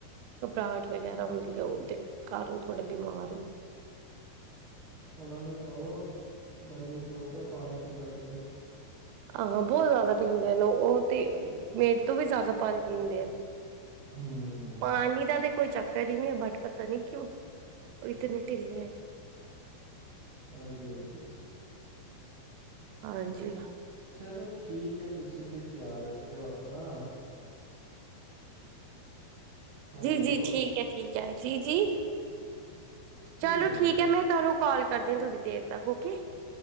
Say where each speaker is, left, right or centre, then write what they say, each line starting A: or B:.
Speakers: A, on the right (about 85°); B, on the right (about 60°).
A: ਘਬਰਾਹਟ ਵਗੈਰਾ ਹੁੰਦੀ ਹੈ। ਕਾਰਨ, ਥੋੜੇ ਬਿਮਾਰ ਹੈ।
B: ਉਹਨਾਂ ਨੂੰ ਕਹੋ, ਗਰਮੀ ਬਹੁਤ ਪਾਣੀ ਖੁੱਲਾ ਪੀਵੋ ਤੁਸੀਂ
A: ਹਾਂ ਬਹੁਤ ਜਿਆਦਾ ਪੀਂਦੇ ਨੇ ਉਹ ਤੇ, ਮੇਰੇ ਤੋਂ ਵੀ ਜਿਆਦਾ ਪਾਣੀ ਪੀਣ ਦੇ
B: ਹੂੰ।
A: ਪਾਣੀ ਦਾ ਤੇ ਕੋਈ ਚੱਕਰ ਹੀ ਨਹੀਂ, ਬਟ ਪਤਾ ਨਹੀਂ ਕਿੳ? ਇਤਨੇ ਢਿਲੇ
B: ਹਾਂਜੀ, ਹਾਂਜੀ।
A: ਹਾਂਜੀ
B: ਚਲੋ ਠੀਕ ਹੈ, ਤੁਸੀਂ ਫਿਰ ਧਿਆਰ ਰੱਖਿਓ ਆਪਣਾ। ਹੈਲੋ
A: ਜੀ ਜੀ ਠੀਕ ਹ ਠੀਕ ਹ, ਜੀ ਜੀ ਚਲੋ
B: ਹੈ
A: ਠੀਕ
B: ਜੀ ਫਿਰ
A: ਹ, ਮੈਂ ਤੁਹਾਨੂੰ ਕਾਲ ਕਰਦੀ ਥੋੜੀ ਦੇਰ ਤੱਕ ਓਕੇ।